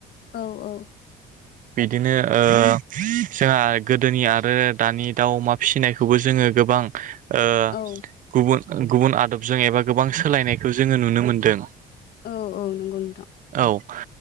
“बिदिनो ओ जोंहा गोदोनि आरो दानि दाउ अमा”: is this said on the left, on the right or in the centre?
Right